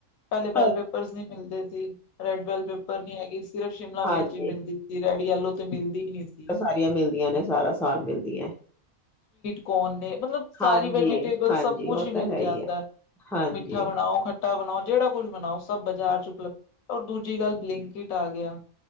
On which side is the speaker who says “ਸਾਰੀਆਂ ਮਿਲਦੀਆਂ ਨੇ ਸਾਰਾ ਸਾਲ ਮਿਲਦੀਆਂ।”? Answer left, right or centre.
Centre